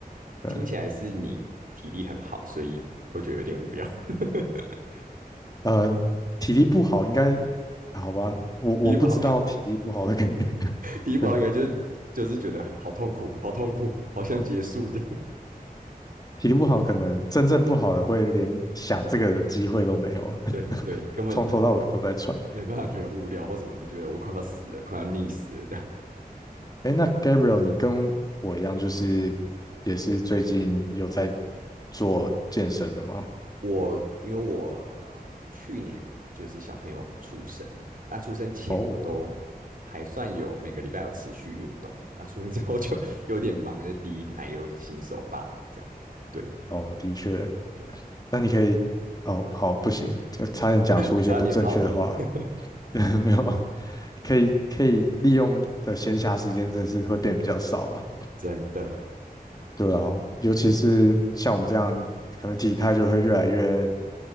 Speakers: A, on the left (about 25°); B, on the right (about 60°).
A: 对，
B: 听起来是你体力很好，所以会觉得有点无聊。<laughs>
A: 呃，体力不好应该好吧？我我不知道体力不好的
B: 体力不好，
A: <laughs> 可能，<laughs>
B: 体力不好应该就是就是觉得好痛苦，
A: 嗯，
B: 好痛苦，好像结束这样。<laughs>
A: 体力不好可能真正不好的会连想这个机会都没有，<laughs>
B: 对对，根本
A: 从头到尾都在喘。
B: 没办法觉得无聊或什么，只觉得我快要死了，快要溺死了这样。
A: 哎，那 Gabriel，你跟我一样，就是也是最近有在做健身的吗？
B: 我因为我呃去年就是小朋友出生，那出生前我都还算有每个礼拜有持续运动，
A: 哦，
B: 那出生之后就 <laughs> 有点忙，就第一胎又新手爸妈这样。对
A: 哦，的确。
B: 对啊，
A: 那你可以，
B: 之
A: 哦，好，不行，就差点讲出一些不正确的话，
B: <laughs> 差点跑题，<laughs>
A: <laughs> 没有，可以可以利用的闲暇时间真的是会变比较少了。
B: 真的，
A: 对啊，尤其是像我们这样，可能体态就会越来越